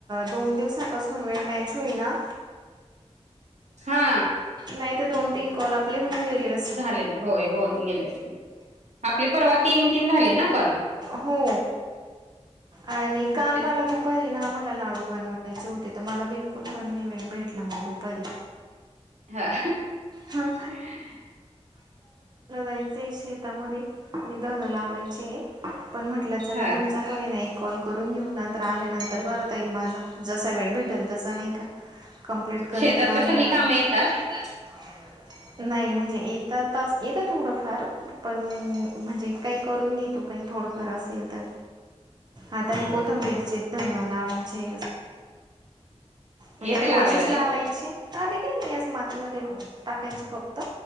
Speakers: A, on the right (about 40°); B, on the right (about 85°).
A: दोन दिवसापासून वेळ मॅच होईना.
B: हा.
A: नाही तर दोन तीन कॉल आपले होऊन गेले अस
B: झाले ना होय होन गेले असते आपले परवा तीन तीन झाले ना कॉल
A: हो आणि काल
B: तेच
A: मला दु दुपारी ना आम्हाला लाडू बनवायचे होते तर मला बिलकुल पण वेळ भेटला मग दुपारी
B: हा.
A: हां
B: <unintelligible>
A: जायचंय शेतामध्ये आणि धन लावायचे पण म्हटलं चला
B: हा
A: तुमचा का नाही कॉल करून घेऊ नंतर आल्यानंतर करता येईल माझा जसा वेळ भेटेल तस नाही का कंप्लीट करत
B: शेतातला
A: राहण
B: सगळी
A: म्ह
B: कामं येतात <inaudible>
A: नाही म्हणजे येत तास येत थोडंफार पण म्हणजे काही करून घेतो काही थोडंफार असेल तर आता
B: हा
A: हे
B: हा
A: कोथंबीरचे दोन लावायचे म्हणजे
B: येतं
A: थोडेसेच
B: लावायला ते
A: लावायचे हा देखील नाही अस मातीमध्ये टाकायचे फक्त